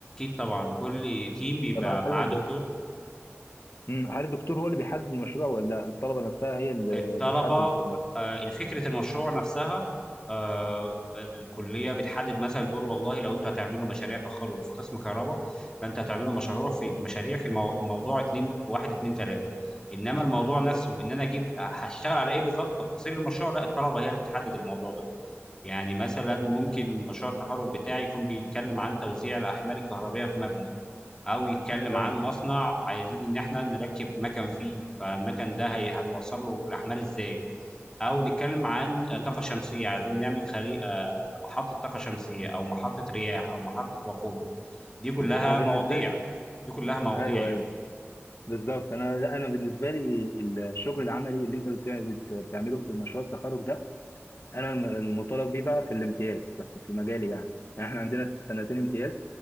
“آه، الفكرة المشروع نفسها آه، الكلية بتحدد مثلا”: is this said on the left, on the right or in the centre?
Left